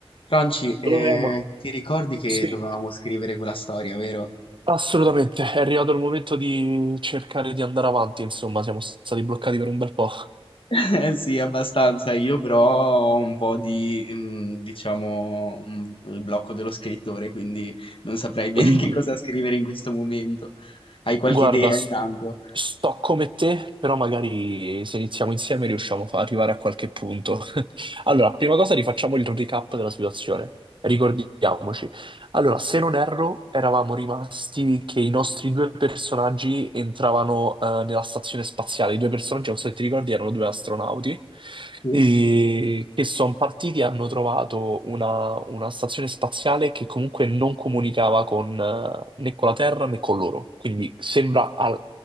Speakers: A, on the left; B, on the right.
A: Franci, eh,
B: Lorena,
A: ti ricordi che
B: sì,
A: dovevamo scrivere quella storia, vero?
B: assolutamente. È arrivato il momento di cercare di andare avanti, insomma, siamo stati bloccati per un bel po'.
A: <laughs> Eh sì, abbastanza. Io però ho un po' di, mm, diciamo, mm, il blocco dello scrittore, quindi non saprei bene
B: Mm,
A: <laughs> che cosa scrivere in questo momento. Hai qualche
B: Guarda,
A: idea
B: s-
A: intanto?
B: sto come te, però magari se iniziamo insieme riusciamo a fa- arrivare a qualche punto. <laughs> Allora, prima cosa rifacciamo il recap della situazione. Ricordiamoci. Allora, se non erro, eravamo rimasti che i nostri due personaggi entravano eh, nella stazione spaziale. I due personaggi, non so se ti ricordi, erano due astronauti
A: Sì?
B: e che sono partiti e hanno trovato una, una stazione spaziale che comunque non comunicava con, eh, né con la Terra né con loro. Quindi sembra al,